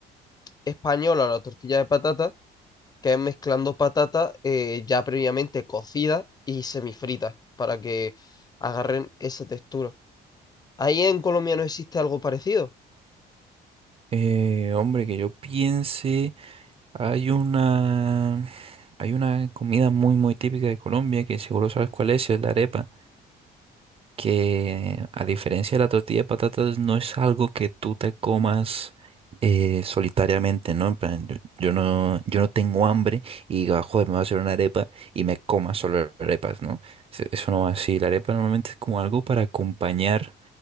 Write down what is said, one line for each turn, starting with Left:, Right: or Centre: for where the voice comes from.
Left: española, la tortilla de patata, que es mezclando patata eh, ya previamente cocida y semifrita, para que agarren esa textura. Ahí en Colombia no existe algo parecido.
Right: eh, hombre, que yo piense Hay una, hay una comida muy, muy típica de Colombia que seguro sabes cuál es, es la arepa, que a diferencia de la tortilla de patatas no es algo que tú te comas eh, solitariamente, ¿no? En plan, yo, yo no, yo no tengo hambre y diga, joder, me voy a hacer una arepa y me coma solo arepas, ¿no? Se- Eso no va así. La arepa normalmente es como algo para acompañar